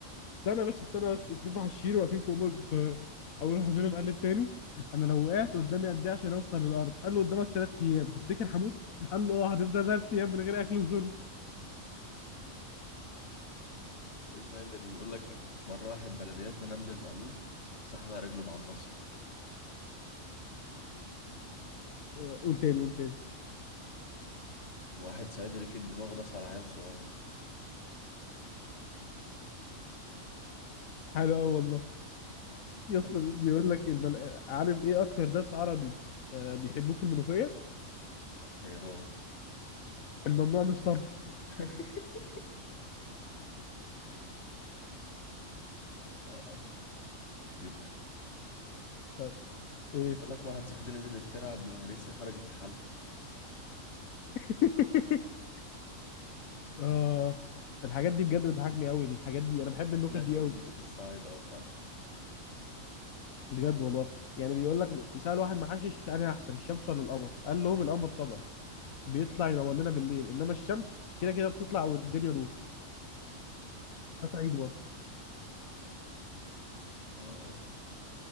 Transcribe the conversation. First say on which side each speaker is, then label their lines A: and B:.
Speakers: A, on the left; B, on the left.
A: استنى بس استنى بس اتنين محشيين واقفين فوق برج القاهرة أول واحد منهم قال للتاني أنا لو وقعت قدامي قد إيه عشان أوصل للأرض قال له قدامك تلات أيام تفتكر هموت؟ قال له أه هتفضل تلات أيام من غير أكل وشرب
B: اسمع انت دي بيقول لك مرة واحد بلدياتنا نام بالمقلوب صح على رجله معمصة
A: آه، قول تاني قول تاني
B: واحد سعيد ركب دماغه داس على عيل صغير
A: حلو أوي والله يا اسطى
B: <laughs>
A: بيقول لك المل... عارف إيه أكتر داس عربي آه، بيحبوه في المنوفية؟
B: ايه هو
A: الممنوع من الصرف
B: <laughs> آه. بي-
A: طب، إيه؟
B: بيقول لك واحد زهدان نزل الترعة بالهريسة خرجت تحلل
A: <laughs> آه الحاجات دي بجد بتضحكني قوي الحاجات دي انا بحب
B: مفيش
A: النكت
B: أكبر
A: دي قوي
B: من نكت الصعايدة والله
A: بجد والله يعني بيقول لك سأل واحد محشش انا احسن الشمس ولا القمر قال لهم القمر طبعا بيطلع ينور لنا بالليل انما الشمس كده كده بتطلع والدنيا نور ده صعيدي برضه
B: اه